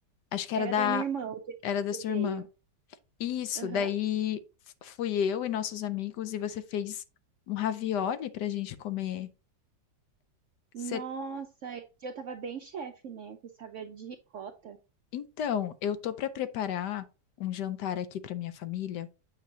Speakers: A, on the left; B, on the right.
A: Acho que era
B: Era
A: da,
B: da minha irmã o dia que
A: era
B: você
A: da sua
B: veio.
A: irmã. Isso,
B: Aham.
A: daí f- fui eu e nossos amigos e você fez um ravioli pra gente comer.
B: Nossa,
A: Cê-
B: esse dia eu tava bem chefe, né? Com essa velha de ricota.
A: Então, eu tô pra preparar um jantar aqui pra minha família,